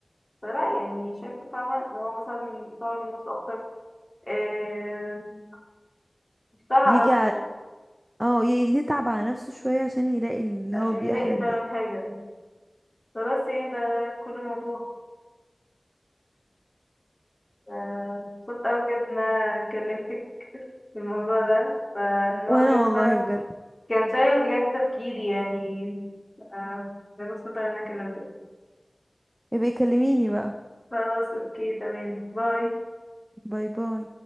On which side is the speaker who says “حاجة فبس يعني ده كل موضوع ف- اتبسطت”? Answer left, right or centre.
Left